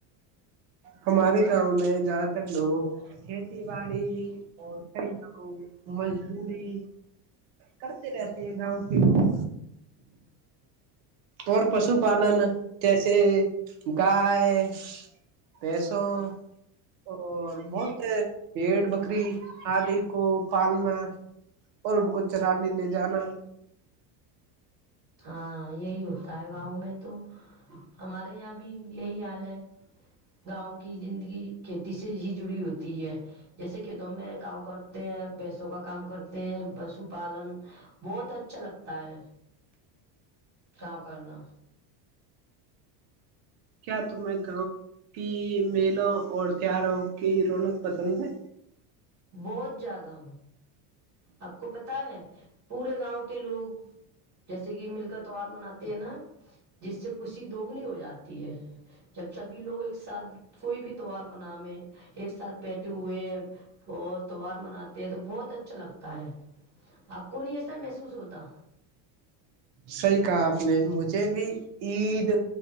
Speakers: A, on the right (about 60°); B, on the right (about 35°).
A: ہمارے گاؤں میں زیادہ تر و کھیتی باڑی اورو مزدی کرتے رہتے ہیں گاؤں کے لوگ اور پشو پالن سے گائے بیسوں اور بہت پڑ بکری آدی کو پالنا اور ان کو چرانے لے جانا
B: ہاں یہی ہوتا ہے گاؤں میں تو ہمارے یہاں بھی یہی حال ہے گاؤں کی زندگی کھیتی سے ہی جڑی ہوتی ہے جیسے کھیتوں میں کام کرتے ہیں بھینسوں کا کام کرتے پ بس پشو پالن بہت اچھا لگتا ہے کا کرنا
A: کیا تمیں گاؤں کی میلوں اور تیواروں کی رونق پسند ہے
B: بہت زیادہ آپ کو پتا ہے پورے گاؤں کے لوگ جیسے کہ مل کا تہوار مناتے ہیں نا جس سے خوشی دوگنی ہو جاتی ہے جب سبھی لوگ ایک ساتھ کوئی بھی تیوار من میں ایک ساتھ بیٹھے ہوئے اور تیوار مناتے ہیں تو بہت اچھا لگتا ہاں آپ کو نہیں ایسا محسوس ہوتا
A: صحیح کہا آپ نے مجھ ج بھی عید